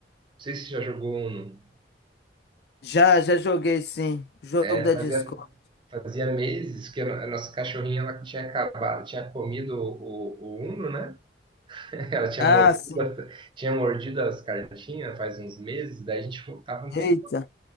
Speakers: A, on the right; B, on the left.
A: sei se você já jogou Uno.
B: já, já joguei, sim. Jogo
A: É,
B: da
A: fazia,
B: Discord.
A: fazia meses que a no- a nossa cachorrinha ela tinha acabado, tinha comido o, o Uno, né? <laughs> Ela tinha
B: Ah,
A: mordido,
B: sim.
A: as- tinha mordido as cartinhas faz uns meses, daí a gente fu- tava um tempo.
B: Eita.